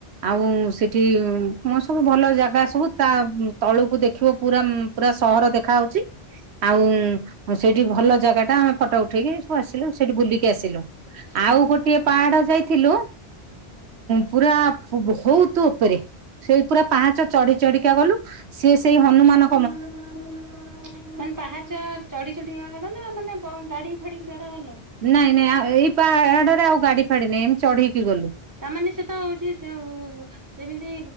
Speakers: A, on the right; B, on the right.
A: ଆଉ ସେଠି ସବୁ ଭଲ ଜାଗା ସବୁ ତା ତଳୁକୁ ଦେଖିବ ପୁରା ପୁରା ସହର ଦେଖାହଉଛି। ଆଉ ସେଇଠି ଭଲ ଜାଗା ଟା ଆମେ ଫଟୋ ଉଠେଇକି ସବୁ ଆସିଲୁ ସେଇଠି ବୁଲିକି ଆସିଲୁ। ଆଉ
B: ହୁଁ
A: ଗୋଟିଏ ପାହାଡ ଯାଇଥିଲୁ ପୁରା ବହୁତ ଉପରେ ସେଇ ପୁରା ପାହାଞ୍ଚ ଚଢି ଚଢିକା ଗଲୁ ସିଏ ସେଇ ହନୁମାନ
B: ମାନେ ପାହାଚ ଚଢି ଲା ନା ମାନେ ଗାଡି ଫାଡି ଗଲ?
A: ନାଇଁ ନାଇଁଇପ ଏ ଆଉ ଗାଡି ଫାଡି ନେଇାଇ ଏମ ଚଢେଇକି ଗଲୁ।
B: ତାମାନେ ସେ ତ ହଉଛି ଯେମିତି